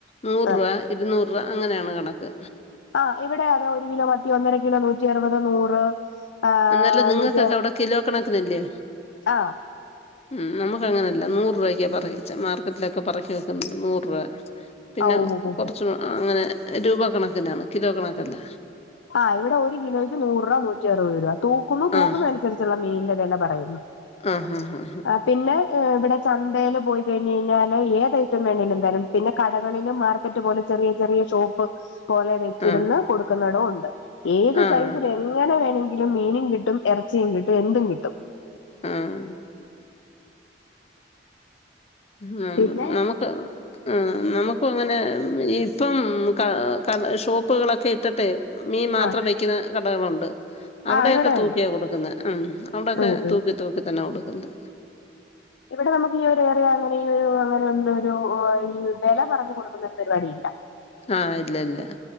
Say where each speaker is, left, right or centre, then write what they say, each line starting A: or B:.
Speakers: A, on the left; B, on the left.
A: നൂറ്
B: ആ
A: രൂപ ഇരുന്നൂറ് രൂപ അങ്ങനെയാണ് കണക്ക്.
B: ആഹ് ഇവടെ അതെ ഒരു കിലോ മത്തി ഒന്നര കിലോ നൂറ്റി അറുപത്, നൂറ് ആഹ്
A: എന്നല്ല നിങ്ങൾക്കൊക്കെ
B: നൂറ്റി
A: അവടെ കിലോ കണക്ക്നല്ലേ?
B: ആഹ്
A: ഉം നമ്മക്ക് അങ്ങനെല്ല നൂറ് രൂപയ്ക്കാ പറിച്ച മാർക്കറ്റിലൊക്കെ പറക്കി വെക്കുന്നുണ്ട് നൂറ് രൂപ പിന്നെ
B: ഓ ഹോ ഹോ
A: കൊറച്ച്
B: ഹോ
A: അങ്ങനെ രൂപ കണക്കിനാണ് കിലോ കണക്കല്ല.
B: ആഹ് ഇവടെ ഒരു കിലോയ്ക്ക് നൂറ് രൂപ, നൂറ്റി അറുപത് രൂപ തൂക്കുന്നു തൂക്കുന്ന
A: ആഹ്
B: അ നുസരിച്ചുള്ള മീന്റെ വെല പറയുന്നു
A: ആഹ് ആഹ്
B: ഏഹ് പിന്നെ ഹ് ഇവടെ ചന്തേൽ പോയി കഴിഞ്ഞ് കഴിഞ്ഞാല് ഏത ഐറ്റം വേണേലും തരും പിന്നെ കടകളിലും മാർക്കറ്റ് പോലെ ചെറിയ ചെറിയ ഷോ പൊ പോലെ വെച്ചിരുന്ന
A: ആഹ്
B: കൊടുക്കുന്നടോ ഉണ്ട് ഏത്
A: ആഹ് ആഹ്
B: സൈസില അങ്ങനെ വേണങ്കിലും മീനും കിട്ടും എറച്ചിം കിട്ടും എന്തും കിട്ടും.
A: ഉം ഉം
B: പിന്നെ
A: നമുക്ക് ഉം നമുക്ക് അങ്ങനെ ഇപ്പം ക ക ഷോ ഉപ്പുകളൊക്കെ ഇട്ടിട്ട് മീൻ മാത്രം
B: ആഹ്
A: വയ്ക്കുന്ന കടകളുണ്ട്. അവടെയക്കെ
B: ആഹ് ഇവിടെ
A: തൂക്കിയാ
B: ഉണ്ട്
A: കൊടുക്കുന്നേ ഉം അവടെക്കെ
B: ഉം ഉം
A: തൂക്കി തൂക്കി തന്നെ കൊടുക്കുന്നത്.
B: ഇവിടെ നമുക്ക് ഈ ഒരു എറിയ അങ്ങനെ ഈ ഒരു അങ്ങനെ എന്ത് ഒരു ഹേ ഈ വെല പറഞ്ഞു കൊടുക്കുന്ന ഒരു പരിപാടി ഇല്ല.
A: ആഹ് ഇല്ല ല്ല